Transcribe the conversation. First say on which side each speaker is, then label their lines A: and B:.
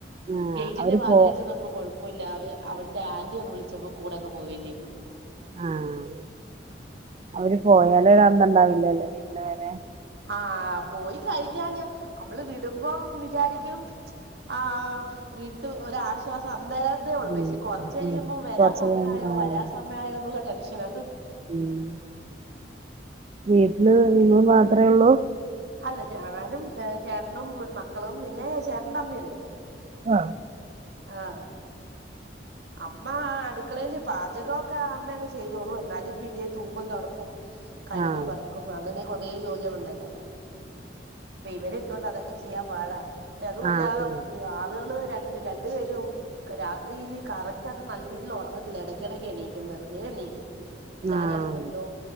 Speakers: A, on the right (about 35°); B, on the right (about 70°).
A: ആഹ്
B: ഗെയ്റ്റിന്റെ
A: അവര്
B: വാതിലിൽ
A: പോ
B: ചെന്നപ് കൊഴപ്പല്ലതെ അവിട്ത്തെ ആന്റി വന്ന് വിളിച്ചപ്പോ കൂടെങ്ങ് പോവുകയും ചെയ്തു.
A: ആഹ്. അവര് പോയാല്. ഒര് അന്തണ്ടാവില്ലലെ? പിന്നെ വര.
B: ആഹ്! പോയി കഴിഞ്ഞാല് നമ്മള് വിടുമ്പം വിചാരിക്കും! ആഹ്. വിട്ടു ഒരാശ്വാസം അന്നേരം! തേ ഒള്ളു.
A: ഉം
B: പക്ഷെ കൊറച്ച് കഴിയുമ്പം
A: ഉം
B: വരാൻ
A: കൊറച്ച്
B: സമയായോ
A: കഴിഞ്ഞ് ആഹ്
B: വരാൻ സമയമായൊന്ന്ള്ള ടെൻഷനാ.
A: ഉം വീട്ടില് നിങ്ങള് മാത്രെ ഒള്ളു?
B: അല്ല ഞാനും ചേട്ടനും മക്കളും പിന്നെ ചേട്ടന്റെ അമ്മി ഇണ്ട്.
A: ആഹ്.
B: ആഹ്. അമ്മ അടുക്കളേയില് പാചകൊക്കെ അമ്മന്ന്യെ ചെയ്തോളും. എന്നാലും പിന്നെ തൂപ്പും തൊടപ്പും. കഴുകും
A: ആഹ്
B: പറക്കും. അങ്ങനെ കൊറെ ജോലികളുണ്ടല്ലോ? ഇപ്പം ഇവരെ ഇട്ടോണ്ട് അതൊക്കെ ചെയ്യാൻ പാടാ. അതു അല്ലാ
A: ആഹ് ആഹ്
B: ആളുകള് രണ്ട് രണ്ടു പേരും രാത്രിയില് കറക്റ്റായിട്ട് നല്ല ഒറങ്ങത്തില്ല എടക്കിടയ്ക്ക് എണീക്കും വെറുതെ എണീക്കും ഞാൻ
A: ആഹ്
B: അടുത്തുണ്ടോ